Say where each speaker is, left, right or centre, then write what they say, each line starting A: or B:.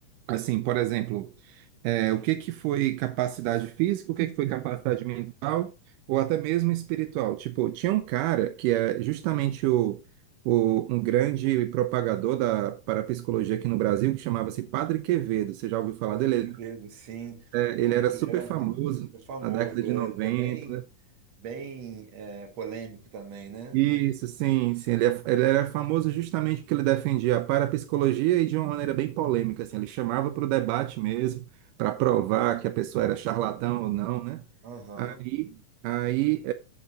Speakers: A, on the right; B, on the right.
A: assim, por exemplo. É, o que que foi capacidade física, o que que foi capacidade mental, ou até mesmo espiritual. Tipo, tinha um cara que é justamente o, o- um grande propagador da parapsicologia aqui no Brasil, que chamava-se Padre Quevedo. Você já ouviu falar
B: Olha
A: dele?
B: que
A: Ele,
B: Quevedo, sim,
A: é,
B: Não,
A: ele era
B: que
A: super
B: ele era
A: famoso
B: muito famoso,
A: na década de
B: é,
A: noventa
B: ele é bem, bem é, polêmico também, né?
A: Isso, sim, sim. Ele, é- ele era famoso justamente porque ele defendia a parapsicologia e de uma maneira bem polêmica, assim. Ele chamava para o debate mesmo, para provar que a pessoa era charlatão ou não, né?
B: Aham,
A: Aí, aí